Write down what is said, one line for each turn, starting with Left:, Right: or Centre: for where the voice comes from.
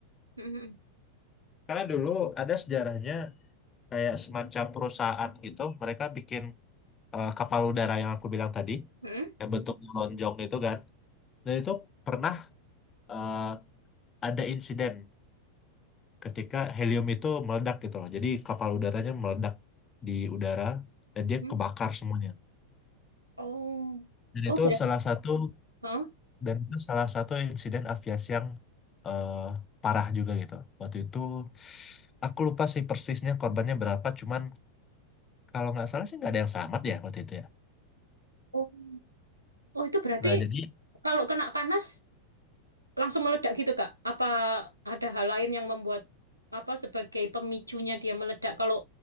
Right: Mhm.
Left: karena dulu ada sejarahnya kayak semacam perusahaan gitu, mereka bikin eh, kapal udara yang aku bilang tadi,
Right: Mhm.
Left: yang bentuk lonjong itu kan. Dan itu pernah eh, ada insiden ketika helium itu meledak gitu loh. Jadi kapal udaranya meledak di udara dan
Right: Mhm.
Left: dia kebakar semuanya.
Right: Oh,
Left: Dan
Right: oh
Left: itu
Right: berarti.
Left: salah satu
Right: Hah?
Left: Dan itu salah satu insiden aviasi yang eh, parah juga gitu. Waktu itu aku lupa sih persisnya korbannya berapa, cuman kalau nggak salah sih nggak ada yang selamat ya waktu itu ya.
Right: Oh, oh itu berarti
Left: Nah jadi
Right: kalau kena panas langsung meledak gitu Kak? Apa ada hal lain yang membuat apa sebagai pemicunya dia meledak? Kalau